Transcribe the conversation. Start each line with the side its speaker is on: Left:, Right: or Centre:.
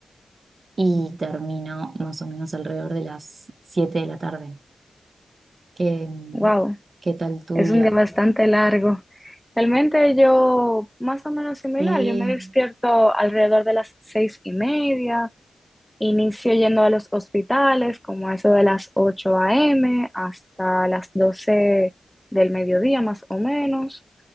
Right: y termino más o menos alrededor de las 7 de la tarde. ¿Qué,
Centre: Wow,
Right: qué tal tu
Centre: es
Right: día?
Centre: un día bastante largo. Realmente yo, más o menos similar,
Right: Sí,
Centre: yo me despierto alrededor de las seis y media, inicio yendo a los hospitales como a eso de las 8 a.m. hasta las 12 del mediodía más o menos.